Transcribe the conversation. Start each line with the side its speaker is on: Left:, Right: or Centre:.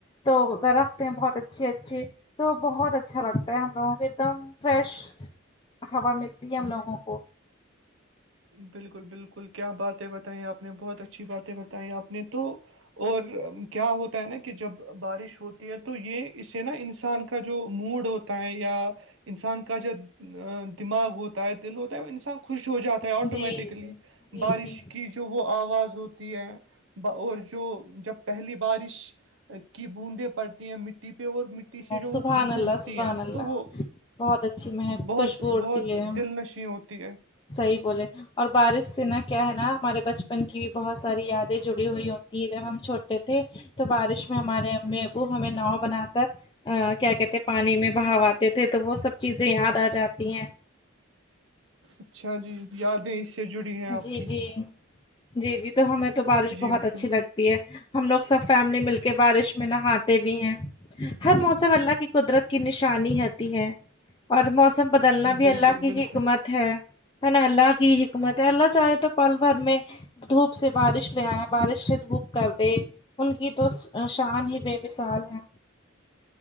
Left: تو اد رکھتے ہیں بہت اچھے ا جی تو بہت اچھا لگتا ہے ہم لوگوں کو ایک دم فریش ہوا ملتی ہے ہم لوگوں کو
Right: بالکل بالکل کیا باتیں بتائییں آپ نے بہت اچھی باتیں بتائیں آپ نے تو اور کیا ہوتا ہے نا کہ جب بارش ہوتی ہے تو یہ اس سے نا انسان کا جو موڈ ہوتا ہے یا انسان کا جو دماغ ہوتا ہے دل ہوتا ہے وہ انسان خوش ہو جاتا ہے
Left: جی
Right: ٹ
Left: جی جی
Right: بارش
Left: جی
Right: کی جو وہ آواز ہوتی ہے اور جو جب پہلی بارش کی بوندیں پڑتی ہیں مٹی پہ اور مٹی سے جو
Left: سبحان
Right: وہ خوشبو
Left: اللہ
Right: اٹھتی
Left: سبحان
Right: ہے
Left: اللہ
Right: تو وہ
Left: بہت اچھی مہک
Right: بہت
Left: خوشبو ہوتی
Right: بہت
Left: ہے
Right: دل نشیں ہوتی ہے
Left: صحیح بولے اور بارش سے نا کیا ہے نا ہمارے بچپن کی بھی بہت ساری یادیں جڑی ہوئی ہوتی ہیں جب ہم چھوٹے تھے تو بارش میں ہمارے ا ابو ہمیں ناؤ بنات ا کیا کہتے ہیں پانی میں بہاو آتے تھے تو وہ سب چیزیں یاد آ جاتی ہیں
Right: اچھا جی یادیں اس سے جڑی ہیں آپ
Left: جی
Right: کی
Left: جی جی جی تو ہمیں تو بارش
Right: جی
Left: بہت اچھی
Right: بالکل
Left: لگتی ہے ہم لوگ سب فیملی مل کے بارش میں نہاتے بھی ہیں ہر موسم اللہ کی قدرت کی نشانی ہوتی ہے اور موسم بدلنا بھی
Right: بالکل
Left: اللہ کی
Right: بالکل
Left: حکمت ہے نا اللہ کی حکمت ہے اللہ چاہے تو پلور میں دھوپ سے بارش لے آئے بارش سے دھوپ کر دے ان کی تو شان ہی بے مثال ہے